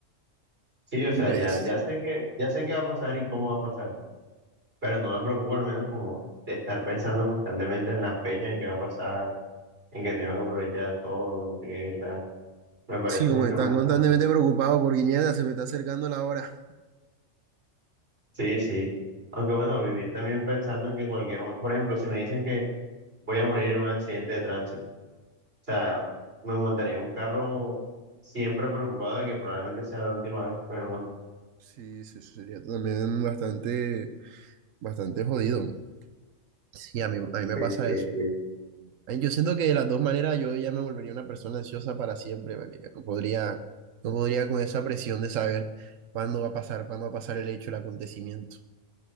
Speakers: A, on the right; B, on the right.
A: sí, o sea,
B: ¿Tú crees?
A: ya, ya sé que, ya sé qué va a pasar y cómo va a pasar, pero no me preocupo al menos como de estar pensando constantemente en la fecha en que va a pasar, en que tengo que aprovechar todo, en qué tal, me parece
B: Sí, como
A: mucho
B: están
A: menos
B: constantemente
A: traumático.
B: preocupados por Guiñeta, se me está acercando la hora.
A: Sí, sí. Aunque bueno, vivir también pensando en que cualquier, mo- por ejemplo, si me dicen que voy a morir en un accidente de tránsito, o sea, me montaría en un carro siempre preocupado de que probablemente sea la última vez que me monte.
B: Sí, sí, eso sería también bastante, bastante jodido. Sí, a mí, a mí me
A: Sí,
B: pasa
A: sí,
B: eso.
A: sí,
B: Ay, Yo siento que de las dos maneras yo ya me volvería una persona ansiosa para siempre, marica. No podría, no podría con esa presión de saber cuándo va a pasar, cuándo va a pasar el hecho, el acontecimiento.